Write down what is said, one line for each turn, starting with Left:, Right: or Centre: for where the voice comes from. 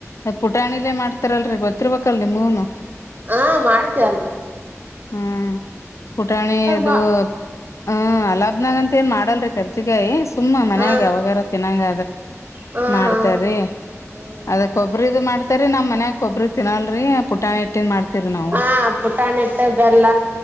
Left: ಅದ್ ಪುಟಾಣಿಲ್ಲೇ ಮಾಡ್ತಾರಲ್ರಿ ಗೊತ್ತಿರ್ಬೇಕಲ್ ನಿಮೂನು
Right: ಹಾ ಮಾಡ್ತೇವಲ್
Left: ಹ್ಮ್ ಪುಟಾಣಿ ಅದು
Right: ಮಾ
Left: ಹ್ಮ ಅಲಾಬ್ನಾಗ ಅಂತ ಏನ್ ಮಾಡಲ್ರಿ ಖರ್ಚಿಗಾಯಿ ಸುಮ್ಮ ಮನ್ಯಾಗ
Right: ಹಾ
Left: ಅವಾವಾಗಾರ ತಿನ್ನಂಗ
Right: ಹಾ ಹಾ
Left: ಮಾಡ್ತಾರಿ
Right: ಹಾ ಹ್ಮ
Left: ಅದು ಕೊಬ್ರಿ ಇದು ಮಾಡ್ತ ಇತ್ತರಿ ನಮ್ ಮನ್ಯಕ್ ಕೊಬ್ರಿ ತಿನ್ನಲ್ರಿ ಪುಟಾಣಿ ಇಟ್ಟನ್ ಮಾಡ್ತಿವ್ರ ನಾವು
Right: ಹಾ ಪುಟಾಣಿ ಹಿಟ್ಟು ಬೆಲ್ಲ